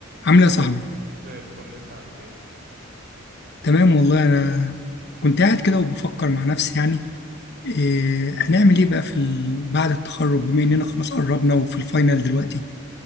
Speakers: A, on the left; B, on the right.
A: عامل ايه يا صاحبي
B: زي الفل انت عامل ايه
A: تمام والله انا كنت قاعد كده وبفكر مع نفسي يعني إيه هنعمل ايه بقى في ال... بعد التخرج بما اننا خلاص قربنا وفي الفاينل دلوقتي